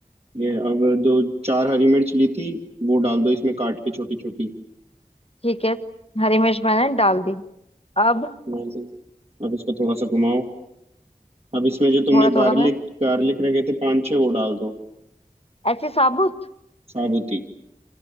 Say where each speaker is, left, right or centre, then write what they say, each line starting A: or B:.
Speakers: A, on the right; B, on the left.
A: ये अब दो चार हरी मिर्च ली थी वो डाल दो इसमें काट के छोटी छोटी
B: ठीक है हरी मिर्च मैंने डाल दी अब
A: डाल दो अब इसको थोड़ा सा घुमाओ अब इसमें जो तुमने
B: थोड़ा थोड़ा
A: गार्लिक
B: मैं
A: गार्लिक रखे थे पांच छह वो डाल दो
B: ऐसे साबुत
A: साबुती